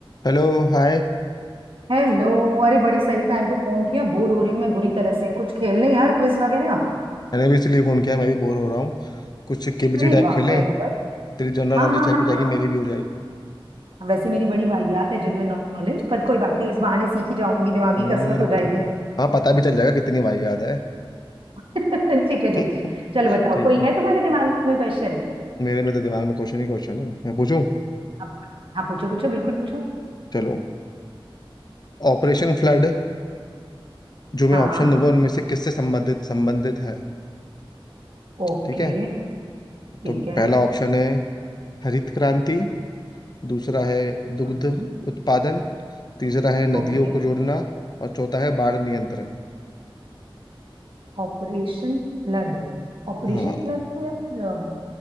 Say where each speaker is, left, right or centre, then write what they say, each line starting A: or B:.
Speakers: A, on the left (about 45°); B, on the right (about 70°).
A: हेलो हाय
B: Hello अरे बड़ी सही टाइम पे फोन किया बोर हो रही हूँ मैं बुरी तरह से कुछ खेल लें यार क्विज वगैरह
A: मैंने भी इसलिए फ़ोन किया मैं भी बोर हो रहा हूँ कुछ केबीसी
B: अरे
A: टाइप
B: वाह
A: खेलें
B: वेरी गुड
A: तेरी जनरल
B: हाँ
A: नॉलेज
B: हाँ
A: चेक हो जाएगी
B: हाँ
A: मेरी भी हो जाएगी
B: हाँ वैसे मेरी बड़ी वाहियात है जनरल नॉलेज पर कोई बात नहीं इस बहाने सीख ही जाऊंगी दिमागी
A: हम्म,
B: कसरत हो जाएगी
A: हाँ पता भी चल जाएगा कितनी बार याद है
B: <laughs> ठीक है
A: <laughs>
B: ठीक है चलो बताओ
A: ठीक
B: कोई
A: है
B: है तुम्हारे दिमाग में क्वेश्चन
A: मेरे में तो दिमाग में क्वेश्चन ही क्वेश्चन है मैं पूछूं
B: अब हाँ पूछो पूछो बिल्कुल पूछो
A: चलो ऑपरेशन फ्लड जो मैं
B: हाँ
A: ऑप्शन दूंगा उनमें से किससे संबंधित संबंधित है
B: ओके
A: ठीक है
B: ठीक
A: तो
B: है
A: पहला ऑप्शन है हरित क्रांति दूसरा है दुग्ध
B: हम्म,
A: उत्पादन तीसरा है नदियों
B: okay
A: को जोड़ना और चौथा है बाढ़ नियंत्रण
B: Operation flood Operation
A: हाँ
B: flood तो यार